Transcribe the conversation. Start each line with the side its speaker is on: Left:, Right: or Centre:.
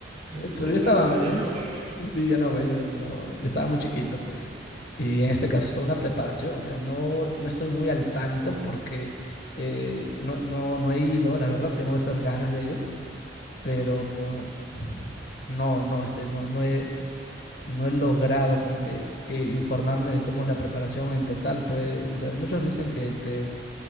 Left: Eh, Pero
Right: Se
Left: yo
Right: perdió,
Left: estaba,
Right: ya no vuelve.
Left: sí, ya no vuelves, pero yo estaba muy chiquito, pues. Y en este caso es toda una preparación, o sea, no, no estoy muy al tanto porque eh, no, no, no he ido, la verdad, tengo esas ganas de ir pero um, no, no, este, no, no he, no he logrado como que eh, informarme de cómo es la preparación en total. Pues, o sea, muchos dicen que te,